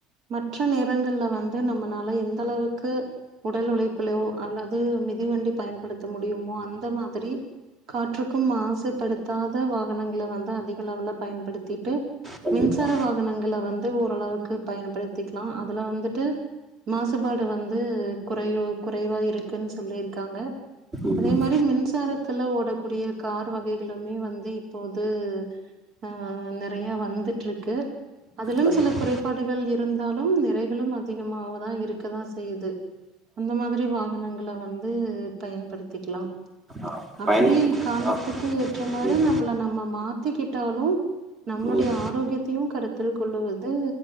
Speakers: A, on the right (about 55°); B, on the right (about 30°).
A: மற்ற நேரங்கள்ல வந்து நம்மளால எந்த அளவுக்கு உடல் உழைப்புலோ அல்லது மிதிவண்டி பயன்படுத்த முடியுமோ அந்த மாதிரி காற்றுக்கும் மாசுப்படுத்தாத வாகனங்களை வந்து அதிக அளவுல பயன்படுத்திட்டு
B: கண்டிப்பா
A: மின்சார வாகனங்களை வந்து ஓரளவுக்கு பயன்படுத்திக்கலா அதுல வந்துட்டு மாசுபாடு வந்து குறை குறைவா இருக்குன்னு சொல்லியிருக்காங்க
B: ம்
A: அதே மாரி மின்சாரத்துல ஓடக் கூடிய கார் வகைகளுமே வந்து இப்போது ஆ நறையா வந்துட்டுருக்கு அதிலும்
B: கண்டிப்பா
A: சில குறைபாடுகள் இரு இருந்தாலும் நிறைகளும் அதிகமாவதான் இருக்கதா செய்யுது அந்த மாதிரி வாகனங்கள வந்து பயன்படுத்திக்கலா
B: ஆ
A: அப்படி
B: பயன்படுத்தி
A: காலத்துக்கு
B: ஆ
A: ஏற்ற மாரி
B: ம்
A: நம்மள நாம்ம மா சுத்திக்கிட்டாலு நம்மளுடைய
B: ம்
A: ஆரோக்கியத்தையு கருத்தில் கொள்வது